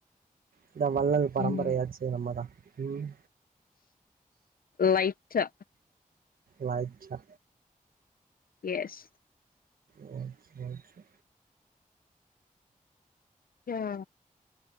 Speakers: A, on the right (about 80°); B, on the left (about 80°).
A: இந்த வள்ளல் பரம்பரையாச்சே
B: ம்
A: நம்ம தா ம்
B: லைட்டா
A: லைட்டா
B: எஸ்
A: வாச் வாச்சு
B: யா